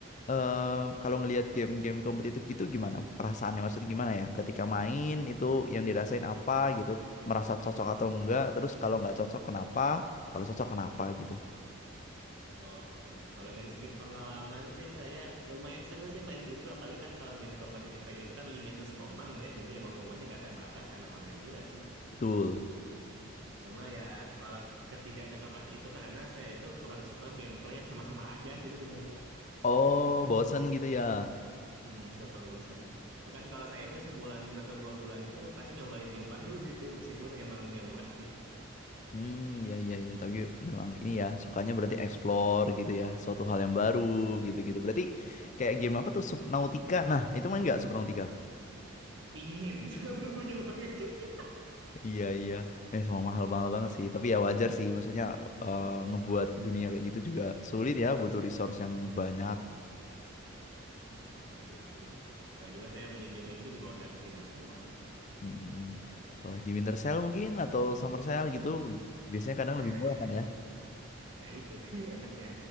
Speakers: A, on the left (about 35°); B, on the right (about 70°).
A: eh, kalau ngelihat game-game kompetitif gitu gimana perasaannya maksudnya gimana ya ketika main itu yang dirasain apa gitu merasa cocok atau enggak terus kalau nggak cocok kenapa kalau cocok kenapa gitu.
B: Oke, kalau dari segi pengalaman sih saya lumayan seru sih main gitu, apalagi kan kalau game kompetitif kayak gitu kan limitless momen ya, jadi emang momennya gak terbatas karena online juga sih.
A: Betul.
B: Cuma ya kalau ketidakcocokan itu karena saya itu kurang suka gameplay yang sama-sama aja gitu sebenarnya.
A: Oh bosen gitu ya.
B: Mm, gampang bosen. Bahkan kalau saya itu sebulan atau dua bulan itu pasti nyobain game baru <laughs> gitu meskipun emang yang murah sih.
A: Hmm, ya, ya, ya. Tapi memang ini ya, sukanya berarti explore gitu ya, suatu hal yang baru gitu-gitu. Berarti kayak game apa tuh Subnautica? Nah, itu main nggak Subnautica?
B: Nah, pingin <laughs> belum punya banget juga.
A: Iya, iya. Eh, semua mahal banget banget sih. Tapi ya wajar sih, maksudnya eh, ngebuat dunia kayak gitu juga sulit ya, butuh resource yang banyak.
B: Mm, Nah itu. Dan juga saya beli game-game itu di bawah seratus ribu semua sih.
A: Hmm. Kalau lagi winter sale mungkin atau summer sale gitu, biasanya kadang
B: Nah,
A: lebih murah kan ya?
B: <laughs> nah itu <laughs> enak ya.